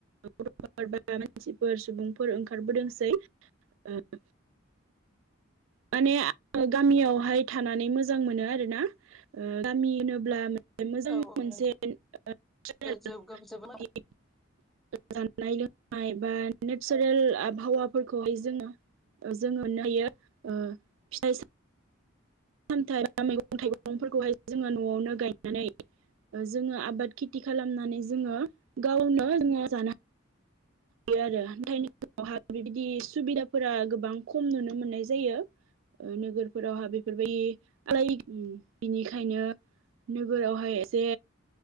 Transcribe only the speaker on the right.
गथ' बा <unintelligible> मानसिफोर सुबुंफोर ओंखारबोदोंसै ओ माने आङो गामियावहाय थानानै मोजां मोनो आरोना ओ गामि होनोब्ला मोजां
मोनसे
चेनेल
<unintelligible> जानाय लोंनाय बा नेचारेल आबहावाफोरखौहाय जोंङो जोंङोनो होयो फिथाइ सामथाइ सामथाइ एबा मैगं थाइगंफोरखौहाय जोङो न'आवनो गायनानै जोंङो आबाद खेथि खालामनानै जोंङो गावनो जोंङो जानो आरो थनि उनावहा बेबायदि सुबिदाफोरा गोबां खम नुनो मोननाय जायो नोगोरफोरावहा बेफोरबायदि आलाय बिनिखायनो नोगोरावहाय एसे